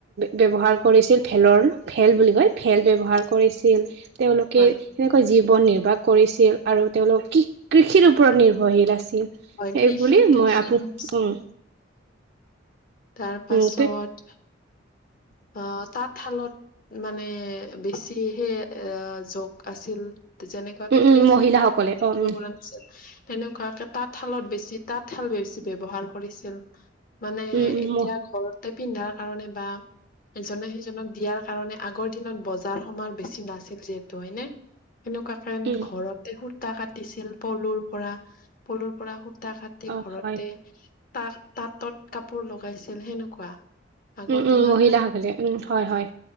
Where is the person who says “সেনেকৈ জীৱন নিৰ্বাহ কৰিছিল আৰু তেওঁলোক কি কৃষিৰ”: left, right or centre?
Right